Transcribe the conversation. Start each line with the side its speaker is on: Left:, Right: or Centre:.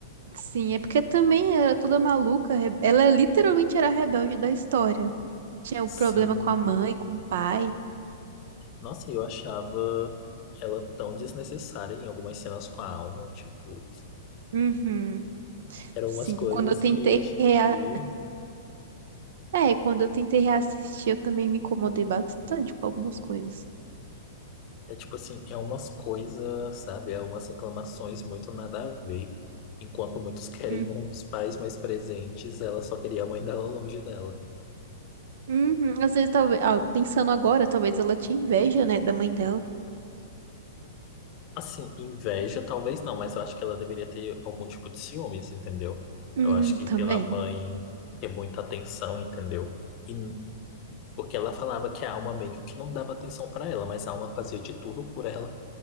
Right: Sim, é porque também era toda maluca. re- Ela literalmente era a rebelde da história. Tinha o
Left: Sim.
Right: problema com a mãe, com o pai.
Left: Nossa, eu achava ela tão desnecessária em algumas cenas com a alma, tipo,
Right: Uhum.
Left: eram
Right: Sim,
Left: umas coisas
Right: quando eu tentei
Left: que hoje em
Right: rea...
Left: dia
Right: É, quando eu tentei reassistir, eu também me incomodei bastante com algumas coisas.
Left: É tipo assim, é umas coisas, sabe? É umas reclamações muito nada a ver. Enquanto muitos querem
Right: Hum.
Left: uns pais mais presentes, ela só queria a mãe dela longe dela.
Right: Uhum. Às vezes, talvez, ah, pensando agora, talvez ela tinha inveja, né, da mãe dela.
Left: Assim, inveja talvez não, mas eu acho que ela deveria ter algum tipo de ciúmes, entendeu?
Right: Hum,
Left: Eu acho que pela
Right: também.
Left: mãe ter muita atenção, entendeu? E n- porque ela falava que a alma meio que não dava atenção pra ela, mas a alma fazia de tudo por ela.